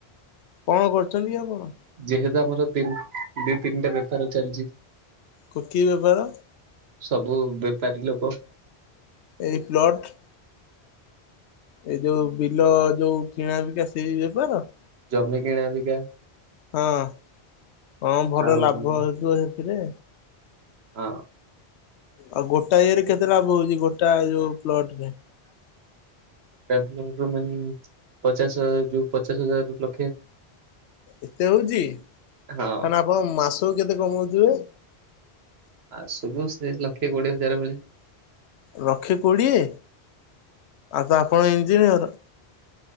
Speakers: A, on the left; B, on the right.
A: କଣ କରୁଚନ୍ତି ଆପଣ?
B: ଯେହେତୁ ଆମର ତିନ୍ ଦି ତିନିଟା ବେପାର ଚାଲିଚି।
A: କ- କିି ବେପାର?
B: ସବୁ ବେପାରୀ ଲୋକ
A: ଏଇ ପ୍ଲଟ୍। ଏଇ ଯୋଉ ବିଲ ଯୋଉ କିଣା ବିକା ସେଇ ବେପାର?
B: ଜମି କିଣାବିକା।
A: ହଁ। ହଁ ଭଲ
B: ଆଉ
A: ଲାଭ
B: ହଁ
A: ହେଉଥିବ ସେଥିରେ।
B: ହଁ।
A: ଆଉ ଗୋଟାଏ ଇଏରେ କେତେ ଲାଭ ହଉଚି ଗୋଟା ଯୋଉ ପ୍ଲଟ୍ ରେ?
B: <unintelligible> ମନି ପଚାଶ ଯୋଉ ପଚାଶ ହଜାର ରୁ ଲକ୍ଷେ।
A: ଏତେ ହଉଚି।
B: ହଁ
A: ତାହାନେ ଆପଣ ମାସକୁ କେତେ କମଉଥିବେ?
B: ମାସକୁ ସେ ଲକ୍ଷେ କୋଡିଏ ହଜାର ମିଳେ।
A: ଲକ୍ଷେ କୋଡିଏ। ଆଉ ତ ଆପଣ ଇଞ୍ଜିନିୟର୍।